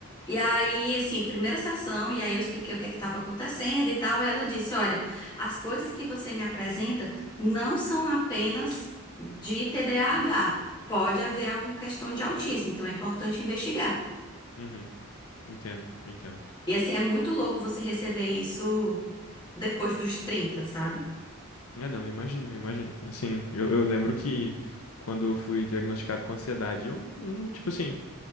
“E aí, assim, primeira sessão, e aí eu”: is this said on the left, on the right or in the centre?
Left